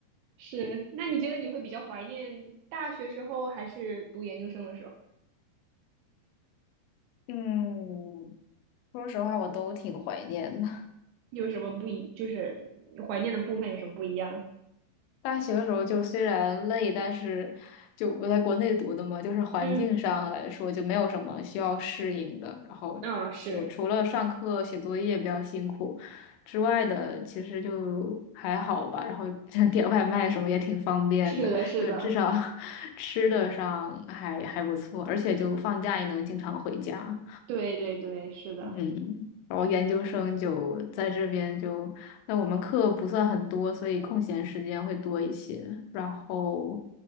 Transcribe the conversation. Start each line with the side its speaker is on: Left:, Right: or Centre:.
Right: 是。那你觉得你会比较怀念大学时候，还是读研究生的时候？
Left: 嗯，说实话，我都挺怀念的。
Right: 有什么不一？就是怀念的部分有什么不一样？
Left: 大学的时候就虽然累，但是就我在国内读的嘛，就是环境上来说就没有什么需要适应的。
Right: 嗯，
Left: 然后就除了上课写作业比较辛苦之外的，
Right: 啊、是
Left: 其实就还好吧。然后 <laughs> 点外卖什么也挺方便的，
Right: 是的，是的，
Left: 就至少 <laughs> 吃的上还还不错，而且就放假也能经常回家。
Right: 对对对，是的，
Left: 嗯，然后研究生就在这边就，那我们课不算很多，所以空闲时间会多一些。然后，